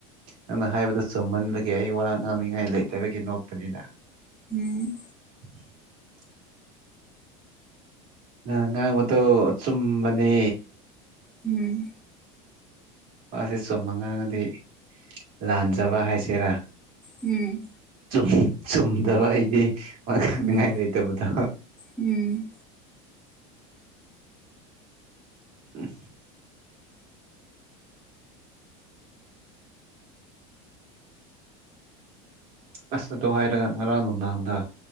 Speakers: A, on the right (about 60°); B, in the centre.
A: ꯅꯪꯅ ꯍꯥꯏꯕꯗ ꯆꯨꯝꯍꯟꯕ ꯑꯩ ꯋꯥ ꯉꯥꯡꯅꯤꯡꯉꯥꯏ ꯂꯩꯇꯕꯒꯤ ꯅꯣꯛꯄꯅꯤꯗ
B: ꯎꯝ
A: <unintelligible> ꯅꯪꯅ ꯉꯥꯡꯕꯗꯣ ꯑꯆꯨꯝꯕꯅꯦ
B: ꯎꯝ
A: ꯋꯥꯁꯦ ꯆꯨꯝꯃ ꯉꯥꯡꯉꯗꯤ ꯂꯥꯟꯖꯕ ꯍꯥꯏꯁꯤꯔꯥ
B: ꯎꯝ
A: ꯆꯨꯝ ꯆꯨꯝꯗꯕ ꯑꯩꯗꯤ ꯋꯥ ꯉꯥꯡꯅꯤꯉꯥꯏ
B: ꯎꯝ
A: ꯂꯩꯇꯕꯗꯣ
B: ꯎꯝ
A: ꯎꯝ ꯑꯁ ꯑꯗꯣ ꯍꯥꯏꯔꯒ ꯉꯔꯥꯡ ꯅꯨꯡꯗꯥꯡꯗ